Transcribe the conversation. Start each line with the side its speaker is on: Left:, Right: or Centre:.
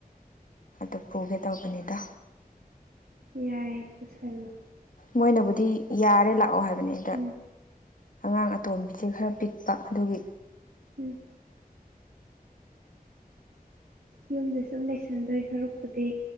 Left: ꯑꯗꯨ ꯄꯨꯒꯦ ꯇꯧꯕꯅꯤꯗ
Right: ꯌꯥꯏꯌꯦ ꯄꯨꯁꯜꯂꯣ
Left: ꯃꯣꯏꯅꯕꯨꯗꯤ ꯌꯥꯔꯦ ꯂꯥꯛꯑꯣ ꯍꯥꯏꯕꯅꯤ ꯑꯗ
Right: ꯎꯝ
Left: ꯑꯉꯥꯡ ꯑꯇꯣꯝꯕꯤꯁꯦ ꯈꯔ ꯄꯤꯛꯄ ꯑꯗꯨꯒꯤ
Right: ꯎꯝ ꯌꯨꯝꯗ ꯁꯨꯝ ꯂꯩꯁꯟꯗꯣꯏ ꯁꯔꯛꯄꯨꯗꯤ